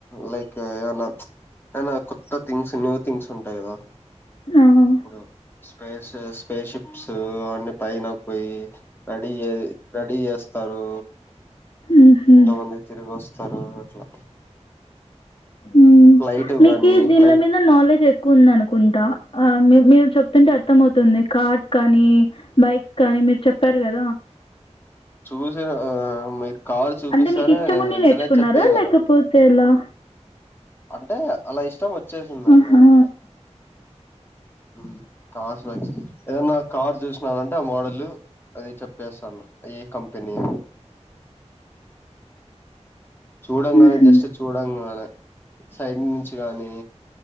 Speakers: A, on the left; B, on the left.
A: లైక్ ఏమనా ప్స్ ఏనా కొత్త థింగ్స్ న్యూ థింగ్స్ ఉంటాయి కదా
B: ఆహా
A: ఇప్పుడు స్పేస్ స్పేషిప్స్ అన్నీ పైనకు పొయి రెడీ జే రెడీ జేస్తారు
B: ఉహు
A: కొంతమంది తిరిగి వస్ సరూ అట్లా
B: మ్
A: ఫ్లైట్
B: మీకి
A: గానీ
B: దీన్ల
A: ఫ్లైట్
B: మింద నాలెడ్జ్ ఎక్కువ ఉంది అనుకుంటా ఆ మీ మీరు చెప్తుంటే అర్థంమవుతుంది కార్స్ కానీ బైక్స్ కానీ మీరు చెప్పారు గదా
A: చూస్ ఆ మీరు కారు చూపిస్తానే
B: అంటే మీకు ఇష్టం
A: నేను
B: ఉండి
A: వెంటనే
B: నేర్చుకున్నారా
A: చెప్పేయగలను
B: లేకపోతే ఎలా
A: అంటే ఆళ్ళ ఇష్ ఇష్టం వచ్చేసిందండి
B: ఆహా
A: అంతే మ్ కా ఏదన్న కార్ జూసినానంటే ఆ మోడల్ అది చెప్పేస్తాను ఏ కంపెనీ చూడంగానే
B: ఉహు
A: జస్ట్ చూడంగానే సైడ్ నించి గాని